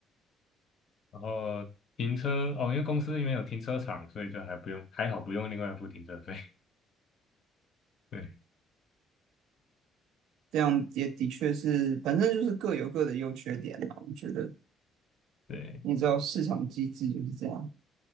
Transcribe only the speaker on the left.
然后停车哦，因为公司因为有停车场，所以就还不用，还好不用另外付停车费。<laughs> 对
对